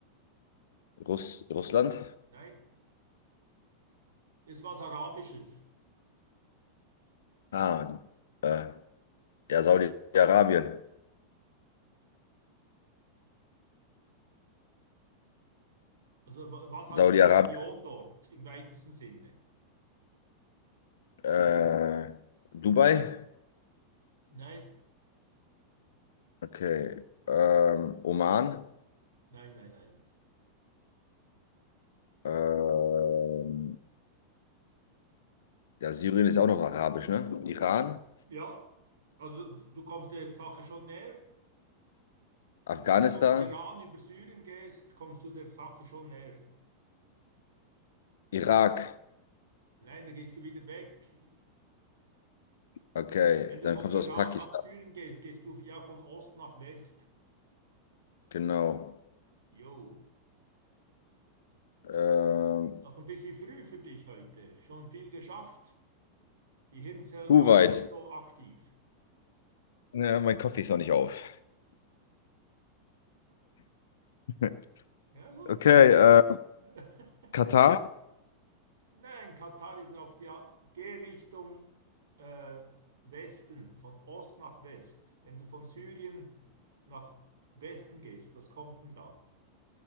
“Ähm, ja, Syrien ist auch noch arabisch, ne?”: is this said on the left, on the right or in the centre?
Left